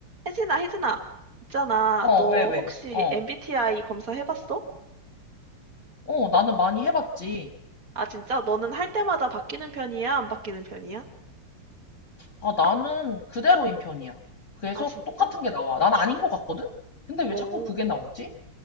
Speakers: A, on the right; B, on the left.
A: 혜진아, 혜진아. 있잖아.
B: 어,
A: 너
B: 왜, 왜?
A: 혹시
B: 어.
A: MBTI 검사 해봤어?
B: 어, 나는 많이 해봤지.
A: 아, 진짜? 너는 할 때마다 바뀌는 편이야? 안 바뀌는 편이야?
B: 아, 나는 그대로인 편이야. 계속
A: 아, 진짜?
B: 똑같은 게 나와. 난 아닌 것 같거든? 근데 왜
A: 어.
B: 자꾸 그게 나오지?